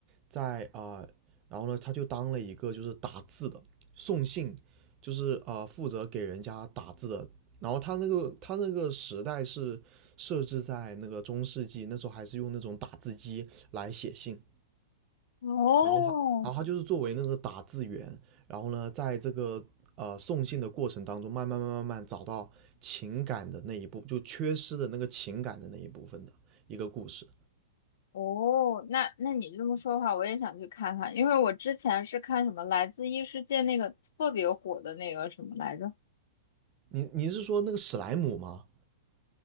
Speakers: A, on the right; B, on the left.
A: 在啊、呃然后呢，她就当了一个就是打字的送信就是啊、呃负责给人家打字的。然后他那个他那个时代是设置在那个中世纪，那时候还是用那种打字机来写信。
B: 哦
A: 然后他，然后他就是作为那个打字员，然后呢，在这个呃送信的过程当中，慢慢慢慢慢找到情感的那一部，就缺失的那个情感的那一部分的一个故事。
B: 哦，那那你这么说的话，我也想去看看，因为我之前是看什么《来自异世界》那个特别火的那个什么来着。
A: 你你是说那个史莱姆吗？